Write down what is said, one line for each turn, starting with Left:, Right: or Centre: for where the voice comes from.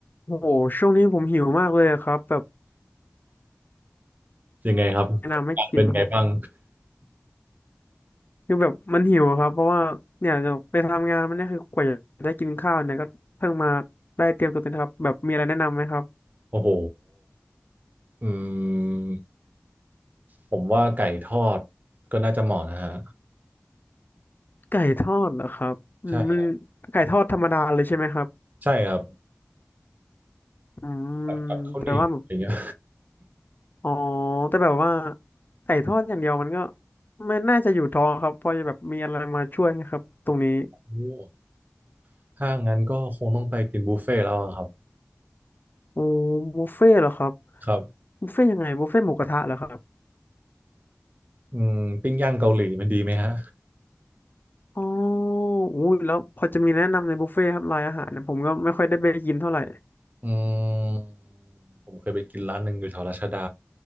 Left: โอ้โหช่วงนี้ผมหิวมากเลยอะครับแบบ
Right: ยังไงครับอากาศเป็นไงบ้าง
Left: แนะนำให้กินนะครับคือแบบมันหิวอะครับเพราะว่าเนี่ยจะไปทำงานมันเนี่ยคือกว่าจะได้กินข้าวเนี่ยก็เพิ่งมาได้เตรียมตัวเอ็มะครับแบบมีอะไรแนะนำไหมครับ
Right: โอ้โหอืมผมว่าไก่ทอดก็น่าจะเหมาะนะฮะ
Left: ไก่ทอดเหรอครับอืม
Right: ใช่
Left: ไก่ทอดธรรมดาเลยใช่ไหมครับ
Right: ใช่ครับ
Left: อืมแต่ว่าแบบ
Right: กับกับข้าวเหนียวอย่างเงี้ย
Left: อ๋อแต่แบบว่าไก่ทอดอย่างเดียวมันก็ไม่น่าจะอยู่ท้องครับเพอจะแบบมีอะไรมาช่วยนะครับตรงนี้
Right: โอ้ถ้างั้นก็คงต้องไปกินบุฟเฟ่ต์แล้วอะครับ
Left: โอ้บุฟเฟ่ต์เหรอครับ
Right: ครับ
Left: บุฟเฟ่ต์ยังไงบุฟเฟ่ต์หมูกระทะเหรอครับ
Right: อืมปิ้งย่างเกาหลีมันดีไหมฮะ
Left: อ๋ออุ้ยแล้วพอจะมีแนะนำในบุฟเฟ่ต์ครับรายอาหารเนี่ยผมก็ไม่ค่อยได้ไปกินเท่าไหร่
Right: อืมผมเคยไปกินร้านหนึ่งอยู่แถวรัชดา